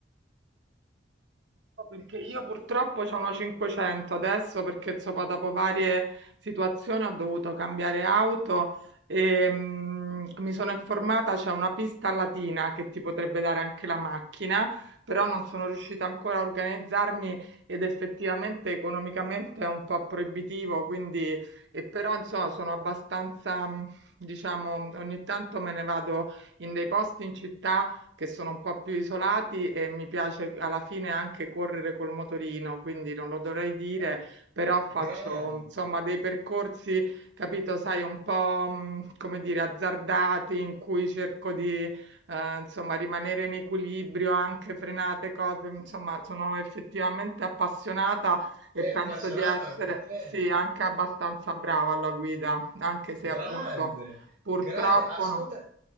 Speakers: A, on the right; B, on the right.
A: No, Perché
B: E così.
A: io purtroppo c'ho una 500 adesso perché insomma, dopo varie situazioni ho dovuto cambiare auto e mm, mi sono informata, c'è una pista latina che ti potrebbe dare anche la macchina, però non sono riuscita ancora a organizzarmi ed effettivamente economicamente è un po' proibitivo, quindi e però insomma sono abbastanza, mm, diciamo, ogni tanto me ne vado in dei posti in città che sono un po' più isolati e mi piace alla fine anche correre col motorino, quindi non lo dovrei dire,
B: Gra-
A: però faccio
B: grande.
A: insomma dei percorsi, capito, sai, un po' mh, come dire, azzardati in cui cerco di eh, insomma rimanere in equilibrio, anche frenate cose, insomma, sono effettivamente appassionata e
B: Sei
A: penso
B: appassionata
A: di essere
B: anche te?
A: sì, anche abbastanza brava alla guida, anche se
B: Grande,
A: appunto purtroppo
B: grande. Ascolta,
A: non...